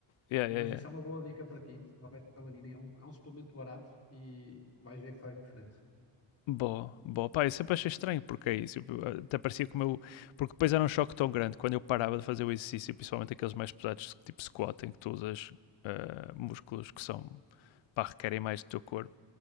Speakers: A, on the left; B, on the left.
A: Yeah,
B: Mas
A: yeah, yeah.
B: isso é uma boa dica para ti. Uma beta-alanina é um, é um suplemento barato e vais ver que faz diferença.
A: Boa, boa. Pá, eu sempre achei estranho porque é isso. Eu- Até parecia como eu. Porque depois era um choque tão grande quando eu parava de fazer o exercício, principalmente aqueles mais pesados, tipo squat, em que tu usas ah, músculos que são. pá, requerem mais do teu corpo